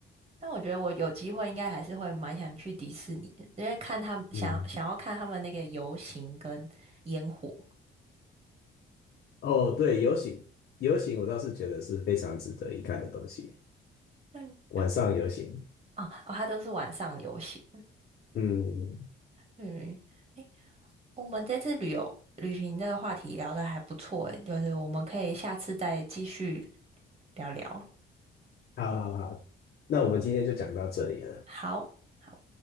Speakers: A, on the right (about 30°); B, on the left (about 50°).
A: 那我觉得我有机会应该还是会蛮想去迪士尼的，因为看他们想想要看他们那个游行跟烟火。
B: 嗯。哦，对，游行，游行我倒是觉得是非常值得一看的东西。
A: 嗯，
B: 晚上游行，
A: 对，哦哦，它都是晚上游行。
B: 嗯，
A: 嗯，诶，我们这次旅游旅行这个话题聊得还不错，诶，就是我们可以下次再继续聊聊。
B: 好好好，那我们今天就讲到这里了。
A: 好，好。